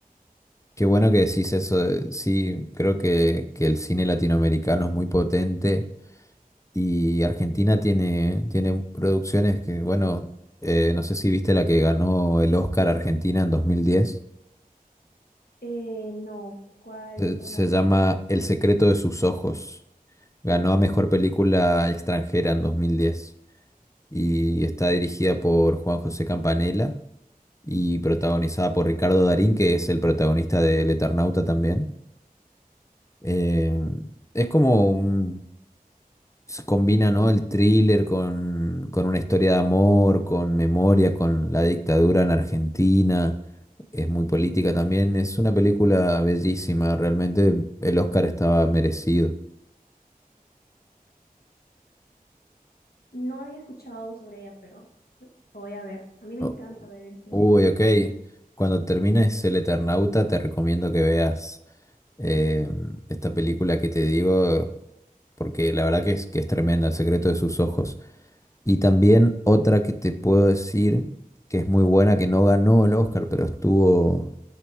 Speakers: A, on the left; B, on the left.
A: Qué bueno que decís eso. de- Sí, creo que, que el cine latinoamericano es muy potente y Argentina tiene, tiene producciones que, bueno, eh, no sé si viste la que ganó el Oscar Argentina en dos mil diez
B: Eh, no, ¿cuál,
A: Se,
B: cuál
A: se
B: ganó?
A: llama El secreto de sus ojos. Ganó a Mejor Película Extranjera en 2010 y está dirigida por Juan José Campanella y protagonizada por Ricardo Darín, que es el protagonista de El Eternauta también. Eh, es como un- se combina, ¿no? el thriller con, con una historia de amor, con memoria, con la dictadura en Argentina. Es muy política también. Es una película bellísima, realmente el Oscar estaba merecido.
B: No había escuchado sobre ella, pero lo voy a ver. A mí me
A: Oh,
B: encanta ver el cine
A: Uy,
B: de Latinoamérica.
A: ok. Cuando termines El Eternauta, te recomiendo que veas eh, esta película que te digo, porque la verdad que es, que es tremenda, El secreto de sus ojos. Y también otra que te puedo decir que es muy buena, que no ganó el Oscar, pero estuvo